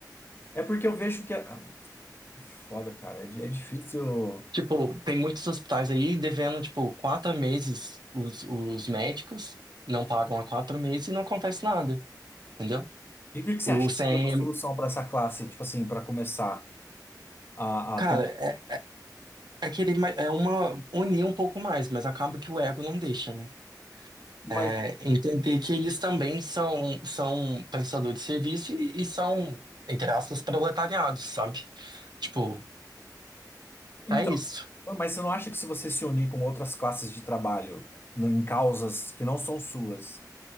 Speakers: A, on the left (about 30°); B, on the right (about 75°).
A: É porque eu vejo que. É, ah, é foda, cara. É, di- é difícil.
B: Tipo, tem muitos hospitais aí devendo, tipo, quatro meses os, os médicos, não pagam há quatro meses e não acontece nada, entendeu?
A: E o que que você
B: O
A: acha
B: CM,
A: que seria uma solução para essa classe, tipo assim, para começar a,
B: cara,
A: a ter
B: é, é querer ma- é uma unir um pouco mais, mas acaba que o ego não deixa, né?
A: um.
B: É, entender que eles também são, são prestadores de serviço e, e são, entre aspas, proletariados, sabe? Tipo,
A: Então,
B: é isso.
A: então, mas você não acha que se você se unir com outras classes de trabalho n- em causas que não são suas,